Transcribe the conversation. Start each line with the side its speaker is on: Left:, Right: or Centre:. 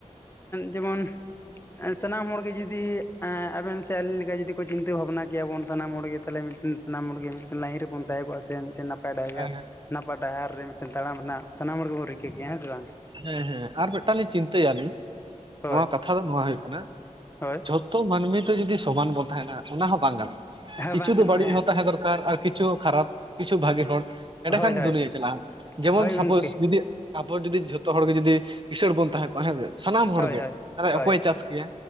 Left: ᱡᱮᱢᱚᱱᱼᱼ ᱥᱟᱱᱟᱢ ᱦᱚᱲᱜᱮ ᱡᱩᱫᱤ ᱟᱵᱮᱱ ᱥᱮ ᱟᱹᱞᱤᱧ ᱞᱮᱠᱟ ᱡᱩᱫᱤ ᱠᱚ ᱪᱤᱱᱛᱟᱹ ᱵᱷᱟᱵᱱᱟ ᱠᱮᱭᱟ ᱵᱚᱱ ᱥᱟᱱᱟᱢ ᱦᱚᱲᱜᱮ ᱛᱟᱦᱚᱞᱮ ᱢᱤᱫᱴᱤᱱᱼᱼ ᱥᱟᱱᱟᱢ ᱦᱚᱲᱜᱮ ᱢᱤᱫᱴᱮᱱ ᱞᱟᱭᱤᱱ ᱨᱮᱵᱚᱱ ᱛᱟᱦᱮᱸ ᱠᱚᱜ ᱥᱮ ᱢᱤᱫᱴᱮᱱ ᱱᱟᱯᱼᱼ ᱱᱟᱯᱟᱭ ᱰᱟᱭᱜᱟ
Right: ᱦᱮᱸ ᱦᱮᱸ
Left: ᱱᱟᱯᱟᱭ ᱰᱟᱦᱟᱨ ᱨᱮ ᱢᱤᱫᱴᱮᱱ ᱛᱟᱲᱟᱢ ᱨᱮᱱᱟᱜ ᱥᱟᱱᱟᱢ ᱦᱚᱲ ᱜᱮ ᱵᱚᱱ ᱨᱤᱠᱟᱹ ᱠᱮᱭᱟ ᱦᱮᱸ ᱥᱮ ᱵᱟᱝ ᱾
Right: ᱦᱮᱸ ᱦᱮᱸ ᱟᱨ ᱢᱤᱫᱴᱟᱝ ᱞᱤᱧ ᱪᱤᱱᱛᱟᱹᱭᱟ ᱟᱹᱞᱤᱧ
Left: ᱦᱳᱭ
Right: ᱱᱚᱣᱟ ᱠᱟᱛᱷᱟ ᱫᱚ ᱱᱚᱣᱟ ᱦᱩᱭᱩᱜ ᱠᱟᱱᱟᱼᱼ
Left: ᱦᱳᱭ
Right: ᱡᱷᱚᱛᱚ ᱢᱟᱹᱱᱢᱤ ᱫᱚ ᱡᱩᱫᱤ ᱥᱚᱢᱟᱱ ᱵᱚᱱ ᱛᱟᱦᱮᱸᱱᱟ ᱚᱱᱟ ᱦᱚᱸ ᱵᱟᱝ ᱜᱟᱱᱚᱜᱼᱟ ᱾
Left: ᱦᱮᱸ
Right: ᱠᱤᱪᱷᱩ
Left: ᱵᱟᱝ
Right: ᱫᱚ
Left: ᱜᱟᱱᱚᱜᱼᱟ
Right: ᱵᱟᱹᱲᱤᱡ
Left: ᱦᱮᱸ
Right: ᱦᱚᱸ ᱛᱟᱦᱮᱸ ᱫᱚᱨᱠᱟᱨ ᱟᱨ ᱠᱤᱪᱷᱩ ᱦᱚ ᱠᱷᱟᱨᱟᱯ ᱠᱤᱪᱷᱩ ᱵᱷᱟᱜᱤ ᱦᱚᱲ ᱮᱸᱰᱮᱠᱷᱟᱱ
Left: ᱦᱳᱭ ᱦᱳᱭ
Right: ᱫᱩᱱᱭᱟᱹᱭ ᱪᱟᱞᱟᱜᱼᱟ ᱾ ᱡᱮᱢᱚᱱ
Left: ᱦᱳᱭ
Right: ᱥᱟᱯᱳᱡ
Left: ᱜᱚᱢᱠᱮ
Right: ᱡᱩᱫᱤ ᱟᱵᱚ ᱡᱩᱫᱤ ᱡᱷᱚᱛᱚ ᱦᱚᱲ ᱜᱮ ᱡᱩᱫᱤ ᱠᱤᱥᱟᱹᱬ ᱵᱚᱱ ᱛᱟᱦᱮᱸ ᱠᱚᱜᱼᱟ ᱦᱮᱸ ᱥᱮᱼᱼ ᱥᱟᱱᱟᱢ ᱦᱚᱲ
Left: ᱦᱳᱭ
Right: ᱜᱮ
Left: ᱦᱳᱭ ᱦᱳᱭ
Right: ᱚᱠᱚᱭ ᱪᱟᱥ ᱠᱮᱭᱟ